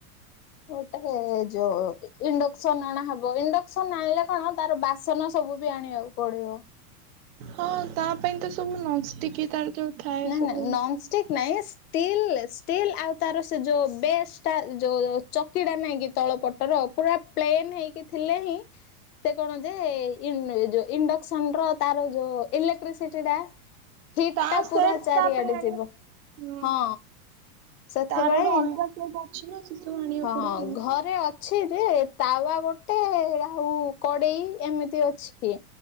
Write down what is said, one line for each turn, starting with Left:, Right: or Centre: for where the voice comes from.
Left: ଗୋଟେ ଯୋଉ ଇଣ୍ଡକ୍ସନ ଅଣା ହେବ। ଇଣ୍ଡକ୍ସନ ଆଣିଲେ କଣ ତାର ବାସନ ସବୁ ବି ଆଣିବାକୁ ପଡିବ।
Right: ହଁ ତା ପାଇଁ ତ ସବୁ ନନଷ୍ଟିକ ତାର ଯୋଉ ଥାଏ
Left: ନା
Right: ସବୁ
Left: ନା ନନଷ୍ଟିକ ନାଇଁସ୍। ଷ୍ଟିଲ୍ ଷ୍ଟିଲ୍ ଆଉ ତାର ସେ ଯୋଉ ବେସ୍ ଟା ଯୋଉ ଚକିଟା ନାଇଁ କି ତଳ ପଟର। ହଁ ପୁରା ପ୍ଲେନ ହେଇକି ଥିଲେ ହିଁ ସେ କଣ ଯେ ଇନ୍ ଇଣ୍ଡକ୍ସନ ର ତାର ଯୋଉ ଇଲେକ୍ଟ୍ରିସିଟି ଟା। ହିଟ
Right: ତା
Left: ଟା
Right: ସେଟ୍
Left: ପୁରା ଚାରିଆଡେ
Right: ତା ପାଇଁ ଆଣିବା
Left: ଯିବ
Right: ହୁଁ
Left: ହଁ। ସେଥିପାଇଁ
Right: ତାର ଗୋଟେ ଅଲଗା ସେଟ୍ ଅଛି ନା ସେ ସବୁ ଆଣିବାକୁ
Left: ହଁ
Right: ପଡିବ ଆଉ।
Left: ଘରେ ଅଛି ଯେ ତାୱା ଗୋଟେ ଆଉ କଡ଼େଇ ଏମିତି ଅଛି।